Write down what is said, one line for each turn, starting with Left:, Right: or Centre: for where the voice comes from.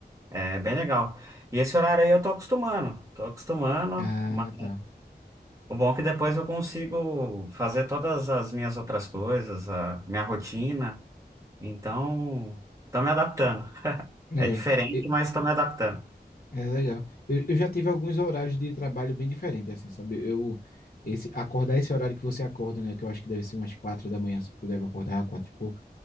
Right: é bem legal. E esse horário aí eu tô acostumando, tô acostumando,
Left: Ah,
Right: mas
Left: tá.
Right: O bom é que depois eu consigo fazer todas as minhas outras coisas, a minha rotina. Então, tô me adaptando.
Left: É,
Right: É diferente,
Left: e-
Right: mas tô me adaptando.
Left: É legal. Eu, eu já tive alguns horários de trabalho bem diferentes, assim, sabe? Eu, esse, acordar esse horário que você acorda, né? Que eu acho que deve ser umas quatro da manhã, assim, que tu deve acordar, quatro e pouco.